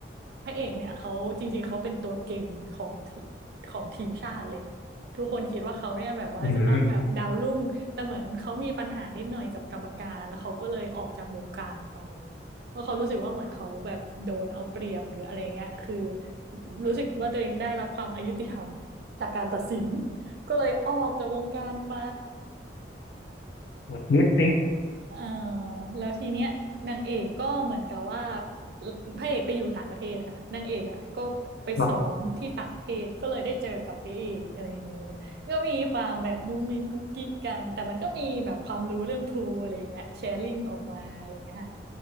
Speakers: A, on the right (about 55°); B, on the left (about 75°).
A: พระเอกเนี่ยเขาจริงๆเขาเป็นตัวเก่งของทีของทีมชาติเลยทุกคนคิดว่าเขาเนี่ยแบบว่าจะต้องแบบดาวรุ่งแต่เหมือนเขามีปัญหานิดหน่อยกับกรรมการ
B: อืม
A: แล้วเขาก็เลยออกจากวงการไป เพราะเขารู้สึกว่าเหมือนเขาแบบโดนเอาเปรียบหรืออะไรเงี้ยคือรู้สึกว่าตัวเองได้รับความอยุติธรรมจากการตัดสินก็เลยออกจากวงการไป
B: เน็ตเน็ต
A: เอ่อแล้วทีเนี้ยนางเอกก็เหมือนกับว่าพระเอกไปอยู่ต่างประเทศค่ะนางเอกอ่ะก็ไปซ้อมที่ต่างประเทศก็เลยได้เจอกับพระเอกอะไรอย่างนี้
B: หรอ
A: ก็มีความแบบมุ้งมิ้งกุ๊กกิ๊กกันแต่มันก็มีแบบความรู้เรื่องพูลอะไรอย่างเงี้ยแชร์ลิงออกมาอะไรอย่างเงี้ยค่ะ